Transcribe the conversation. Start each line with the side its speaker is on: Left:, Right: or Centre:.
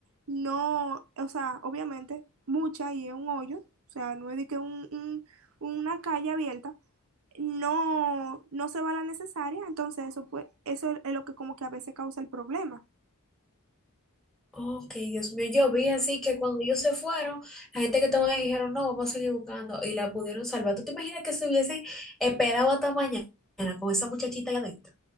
Right: no, o sea, obviamente mucha y es un hoyo, o sea, no es de que un- un- una calle abierta, no, no se va la necesaria, entonces eso pues, eso es lo que como que a veces causa el problema.
Centre: Ok, Dios mío, yo vi así que cuando ellos se fueron, la gente que estaba ahí dijeron, no, vamos a seguir buscando y la pudieron salvar. ¿Tú te imaginas que se hubiesen esperado hasta mañana con esa muchachita allá adentro?